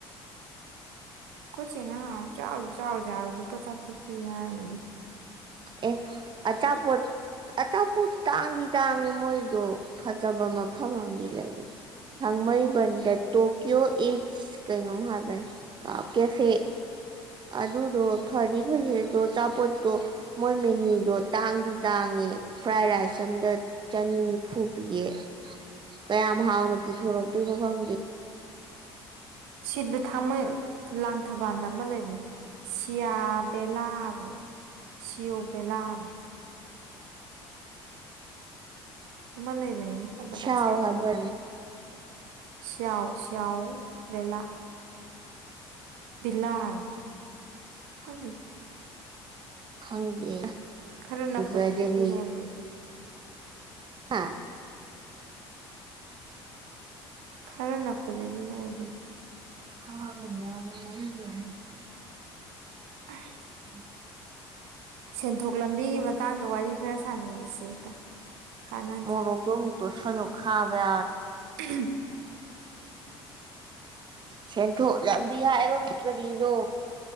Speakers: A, on the right (about 70°); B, on the right (about 35°).
A: ꯑꯩꯈꯠꯁꯦꯅ ꯆꯥꯎꯁꯨ ꯆꯥꯎꯁꯨ ꯂꯨꯄꯥ ꯆꯥꯁꯨꯛ ꯄꯤ ꯌꯥꯔꯃꯦꯗꯣ
B: ꯑꯦ ꯑ ꯆꯥꯄꯣꯠ ꯑꯆꯥꯄꯣꯠ ꯇꯥꯡꯗꯤ ꯇꯥꯡꯉꯤ ꯃꯣꯏꯗꯣ ꯐꯖꯕ ꯃꯐꯝ ꯑꯃꯗꯤ ꯂꯩꯔ ꯍꯪꯃꯕꯟꯗ ꯇꯣꯀꯤꯌꯣ ꯑꯦ ꯀꯩꯅꯣꯝꯥꯕ ꯀꯥꯎ ꯀꯦꯁꯦ ꯑꯗꯨꯗꯣ ꯐꯗꯤ ꯐꯖꯗꯣ ꯑꯥꯄꯣꯠꯇꯣ ꯃꯣꯏ ꯃꯦꯅ꯭ꯨꯗꯣ ꯇꯥꯡꯗꯤ ꯇꯥꯡꯉꯦ ꯐ꯭ꯔꯥꯏ ꯔꯥꯏꯁ ꯑꯝꯗ ꯆꯅꯤꯅꯤꯐꯨ ꯄꯤꯌꯦ ꯀꯌꯥꯝ ꯍꯥꯎꯅ ꯄꯨꯊꯣꯔꯛꯇꯣꯏꯅꯣ ꯈꯪꯗꯦ
A: ꯁꯤꯠ ꯊꯥꯡ ꯂꯥꯡ ꯊꯕꯥꯟꯗ ꯑꯃ ꯂꯩꯕꯅꯦ ꯁꯤꯌꯥ ꯕꯦꯂꯥꯕ ꯁꯤꯌꯣ ꯕꯦꯂꯥꯕ ꯏ ꯂꯩꯕꯅꯤꯅꯦ ꯍꯦ ꯕꯇꯥꯁ
B: ꯁꯥꯎ
A: ꯌꯥꯝ
B: ꯍꯥꯏꯕ
A: ꯇꯧ ꯁꯤꯌꯥꯎ ꯁꯤꯌꯥꯥꯎ ꯕꯦꯂ ꯂꯥ ꯍꯥꯏꯥꯎ ꯈꯪꯒ
B: ꯈꯪꯗꯦ
A: ꯈꯔ ꯅꯛꯄꯗꯗꯤ
B: ꯖꯗꯦꯗꯒꯤ
A: ꯑꯗꯨꯅ ꯑꯣꯏꯗꯣꯏꯅꯤ
B: ꯍꯥꯥ
A: ꯈꯔ ꯅꯞꯄꯗꯤ ꯑꯗꯨ ꯂ ꯑꯣꯏꯔꯦꯁꯤ
B: ꯍꯥꯎ ꯌꯥ ꯌꯥ ꯌꯥꯅꯤ
A: ꯑꯣ
B: ꯎꯝ
A: ꯁꯦꯟꯊꯣꯛ ꯂꯝꯕꯤꯒꯤ ꯃꯇꯥꯡꯗ ꯋꯥꯔꯤ ꯈꯔ ꯁꯥꯟꯅꯔꯤꯁꯦ ꯑꯩꯗ ꯀꯥꯟꯅꯗꯦ
B: ꯍꯣ ꯇꯣꯁꯅ ꯈꯕ
A: ꯎꯝ
B: ꯁꯦꯟꯊꯣꯛ ꯂꯝꯕꯤ ꯍꯥꯏꯔꯣ ꯀꯔꯤꯅꯣ